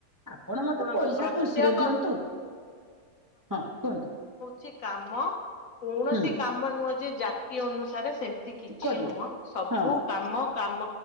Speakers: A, on the right; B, on the left.
A: ଆପଣ ମତେ
B: ଶୁଣନ୍ତୁ
A: ପଇସା
B: ପ୍ରତ୍ୟେକ
A: ଖୁସିରେ ଦିଅନ୍ତୁ ହଁ କୁହନ୍ତୁ?
B: ସେ କାମ କୌଣସି
A: ହୁଁ
B: କାମ ନୁହଁ ଯେ ଜାତି ଅନୁସାରେ ସେମିତି କିଛି
A: କରିବା।
B: ନୁହଁ ସବୁ
A: ହଁ
B: କାମ କାମ